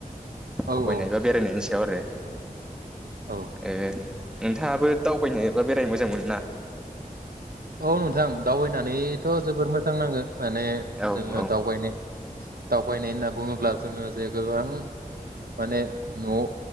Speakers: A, in the centre; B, on the right.
A: दावबायनाय
B: औ औ
A: बा बेरायनायनि सो याव आरो
B: औ
A: ए नोंथाङाबो दावबायनोबा बेरायनो मोजां मोनो ना
B: औ नोंथां दावबायनानैथ' जोबोर मोजां नाङो माने
A: औ
B: जोङो
A: औ
B: दावबायनाय दावबायनाय होनना बुङोब्ला जोङो जे गोबां माने न'